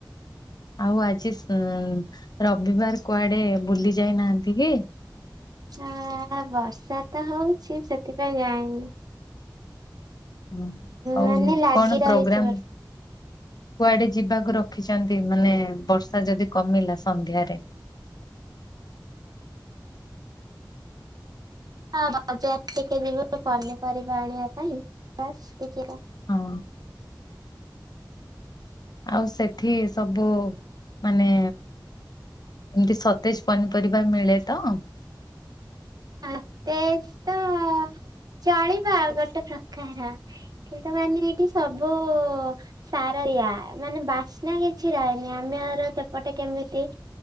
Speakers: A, on the left; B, on the right.
A: ଆଉ ଆଜି ଉ ରବିବାର କୁଆଡେ ବୁଲି ଯାଇନାହାନ୍ତି କି?
B: ଆ ବର୍ଷା ତ ହଉଛି ସେଥିପାଇଁ ଯାଇନି
A: ହୁଁ ଆଉ
B: ମାନେ ଲାଗି
A: କଣ
B: ରହିଛି
A: ପ୍ରୋଗ୍ରାମ। କୁଆଡେ ଯିବାକୁ ରଖିଛନ୍ତି ମାନେ ବର୍ଷା ଯଦି କମିଲା ସନ୍ଧ୍ୟାରେ
B: ହଁ ବଜାର ଟିକେ ଯିବୁ ପନିପରିବା ଆଣିବା ପାଇଁ <unintelligible>
A: ହଁ। ଆଉ ସେଠି ସବୁ ମାନେ ଏମତି ସତେଜ ପନିପରିବା ମିଳେ ତ
B: <unintelligible> ଚଳିବ ଗୋଟେ ପ୍ରକାର। କିନ୍ତୁ ମାନି ହେଇକି ସବୁ ସାର ୟା ମାନେ ବାସ୍ନା କିଛି ରହେନି ଆମର ସେପଟେ କେମିତି